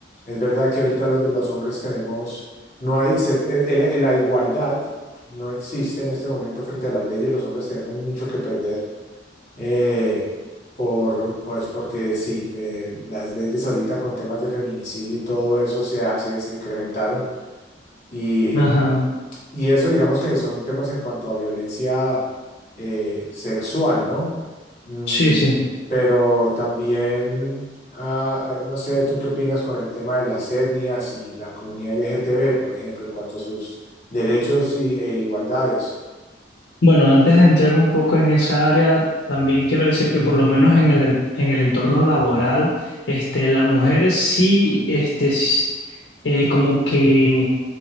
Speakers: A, on the left (about 45°); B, on the left (about 70°).
A: Es verdad que ahorita los, de los hombres tenemos, no hay, se- eh, eh, la igualdad no existe en este momento frente a las leyes. Los hombres tenemos mucho que perder eh, por, pues porque sí, eh, las leyes ahorita con temas de feminicidio y todo eso se, hace- se incrementaron y,
B: ajá,
A: y eso digamos que son temas en cuanto a violencia eh, sexual, ¿no? Mm,
B: sí, sí.
A: pero también, ah, eh, no sé, ¿tú qué opinas con el tema de las etnias y la comunidad LGTB, por ejemplo, en cuanto a sus derechos y- e igualdades?
B: Bueno, antes de entrar un poco en esa área, también quiero decir que por lo menos en el, en el entorno laboral, este, la mujer sí, este, s- eh, como que